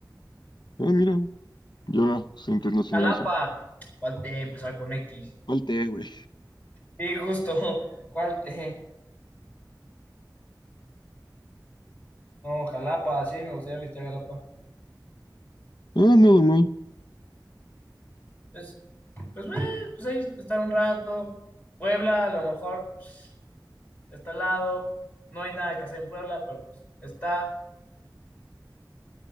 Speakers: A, on the left; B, on the left.
A: ah, mira, ya se internacionalizó.
B: Jalapa. Falté empezar con X.
A: Falté, güey.
B: Sí, justo. <laughs> ¿Cuál te? No, Jalapa, sí, me gustaría visitar Jalapa.
A: Ah, nada mal.
B: Pues, pues, eh, pues ahí estar un rato. Puebla, a lo mejor pues, está al lado. No hay nada que hacer en Puebla, pero pues está.